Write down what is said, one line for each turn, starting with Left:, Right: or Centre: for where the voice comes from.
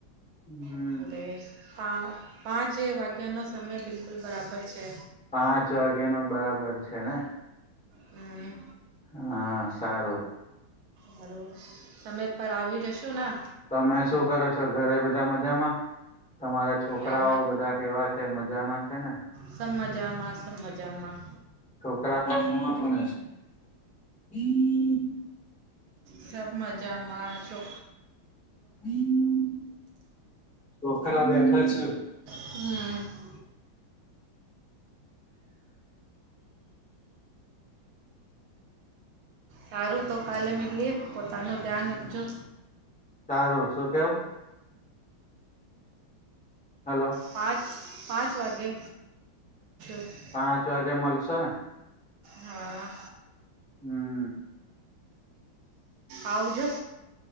Centre: હમ.
Right: <unintelligible> પાં પાંચે વાગ્યાનો સમય બિલકુલ બરાબર છે.
Centre: પાંચ વાગે નો બરાબર છે ને
Right: હમ
Centre: હાં સારું.
Right: હળું તમે પર આવી જશો ના
Centre: તમે શું કરો છો ઘરે બધા મજામાં તમારા છોકરાઓ
Right: આ
Centre: બધા કેવા છે મજામાં છે ને
Right: સ મજામાં સબ મજામાં
Centre: છોકરા <unintelligible>
Right: સબ મજામાં શો.
Centre: <unintelligible> છોકરા બેઠા છીયે.
Right: હમ. સારું તો કાલે મિલીએ પોતાનું ધ્યાન રાખજો.
Centre: સારું શું કેવું. હલો.
Right: પાંચ પાંચ વાગે <unintelligible>
Centre: પાંચ વાગે મલશો ને
Right: હાં
Centre: હં
Right: આવજો.